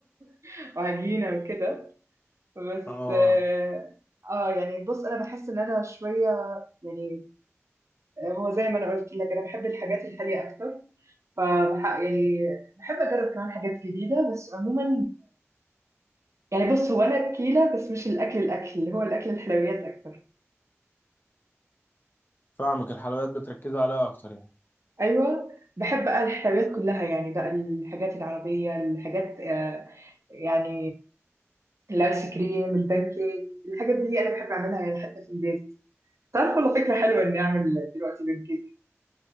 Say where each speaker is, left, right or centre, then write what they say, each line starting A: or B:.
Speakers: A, on the right; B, on the left.
A: <laughs> وعجينة وكده بس
B: اه
A: اه آه، يعني بص انا بحس ان انا شوية يعني هو زي ما انا قلت لك انا بحب الحاجات الحاليه اكتر فبح يعني بحب اجرب كمان حاجات جديده بس عموما يعني بص هو انا اكيله بس مش الاكل الاكل اللي هو الاكل الحلويات اكتر
B: فاهمك الحلويات بتركزوا عليها اكتر يعني
A: ايوه بحب بقى الحلويات كلها يعني بقى الحاجات العربيه الحاجات آه، يعني الايس كريم البانكيك الحاجات دي انا بحب اعملها يعني حتى في البيت تعرف والله فكره حلوه اني اعمل دلوقتي بانكيك